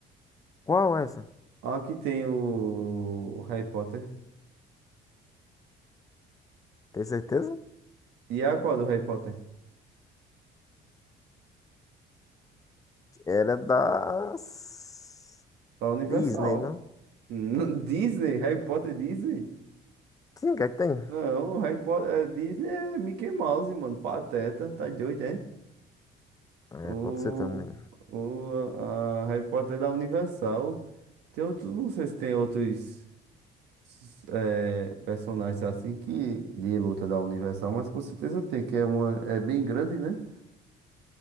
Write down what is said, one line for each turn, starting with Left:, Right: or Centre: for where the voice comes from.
Left: Qual é essa?
Right: Aqui tem o, o Harry Potter.
Left: Tem certeza?
Right: E a qual do Harry Potter?
Left: Era das.
Right: A Universal.
Left: Disney, não?
Right: <laughs> Disney, Harry Potter Disney?
Left: Sim, o que é que tem?
Right: Não, Harry Potter eh, Disney é Mickey Mouse, mano. Pateta, tá doido, é?
Left: É,
Right: O,
Left: pode ser também.
Right: o a, a Harry Potter é da Universal. Tem outros, não sei se tem outros s- eh, personagens assim que de luta da Universal, mas com certeza tem, que é uma é bem grande, né?